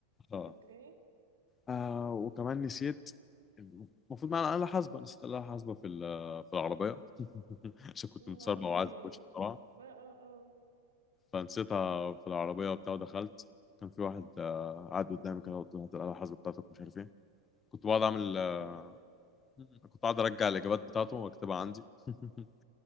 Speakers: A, on the left; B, on the right.
A: اه
B: اوكي
A: آه وكمان نسيت المفروض معانا آلة حاسبة نسيت الآلة الحاسبة في ال- في العربية <laughs> عشان كنت
B: يا
A: متسربع
B: لهوي
A: وعايز أخش بسرعة
B: اه اه
A: فنسيتها في العربية وبتاع ودخلت كان في واحد آه، قاعد قدامي كده قلت له هات الآلة الحاسبة بتاعتك ومش عارف إيه كنت بقعد أعمل آه،
B: كمان
A: كنت قاعد أرجع الإجابات بتاعته وأكتبها عندي <laughs>